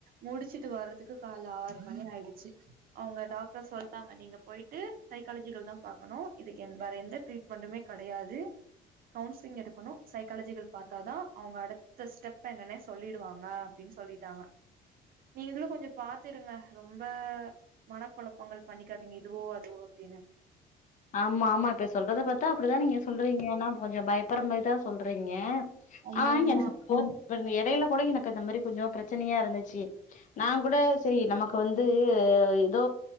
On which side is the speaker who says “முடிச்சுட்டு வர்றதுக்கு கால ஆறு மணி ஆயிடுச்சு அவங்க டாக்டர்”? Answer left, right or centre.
Right